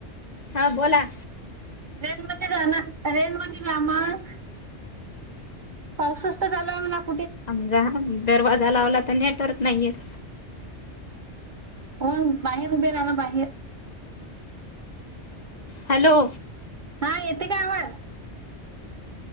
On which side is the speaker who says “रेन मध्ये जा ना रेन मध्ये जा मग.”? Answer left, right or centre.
Right